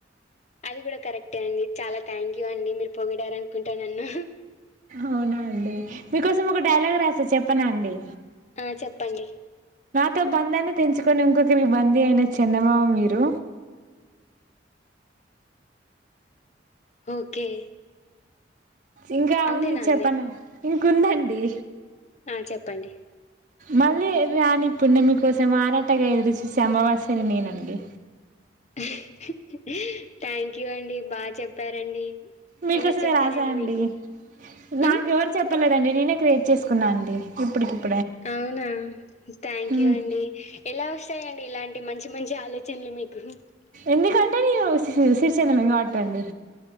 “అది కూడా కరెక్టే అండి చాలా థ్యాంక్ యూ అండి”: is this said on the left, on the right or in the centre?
Left